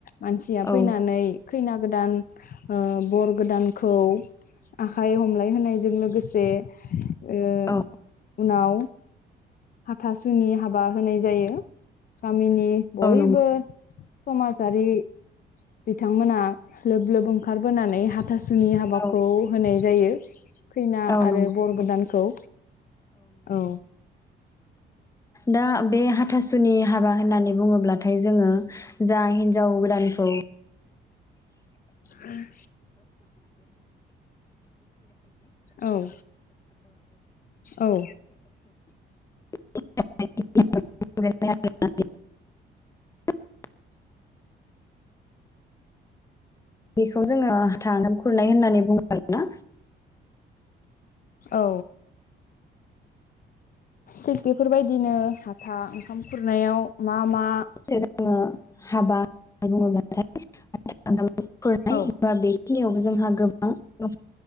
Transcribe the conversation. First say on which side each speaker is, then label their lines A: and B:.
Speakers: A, on the left; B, on the left.
A: मानसिया
B: औ
A: फैनानै खैना गोदान ओ बर गोदानखौ आखाइ हमलाय होनायजों लोगोसे ओ
B: औ
A: उनाव हाथासुनि हाबा होनाय जायो गा मिनि बयबो
B: औ नंगौ
A: समाजारि बिथांमोना लोब लोब ओंखारबोनानै थासुनि हाबाखौ
B: औ
A: होनाय जायो। फैना
B: औ
A: आरो
B: नंगौ
A: बर गोदानखौ औ
B: दा बे हाथासु आसुनि हाबा होननानै बुङोब्लाथाय जोङो जा हिन्जाव गोदानखौ
A: आरो औ <inaudible> औ
B: <unintelligible> बेखौ जोङो थांगोन खुरनाय होननानै बुङो आरो ना
A: औ थिग बेफोरबायदिनो हाथा ओंखाम खुरनायाव मा
B: <unintelligible>
A: मा
B: जे जोङो हाबा <unintelligible> <unintelligible>
A: औ
B: बेखिनियावबो जोंहा गोबां दङ